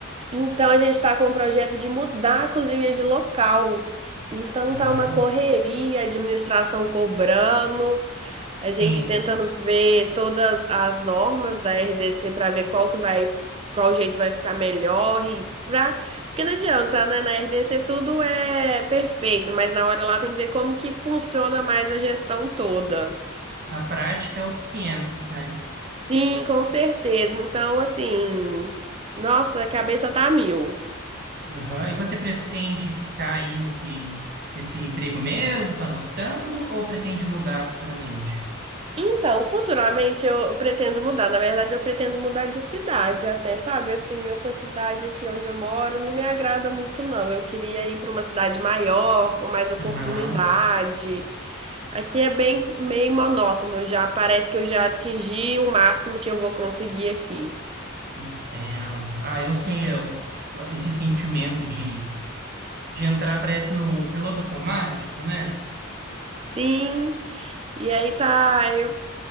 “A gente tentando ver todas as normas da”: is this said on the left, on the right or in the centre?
Right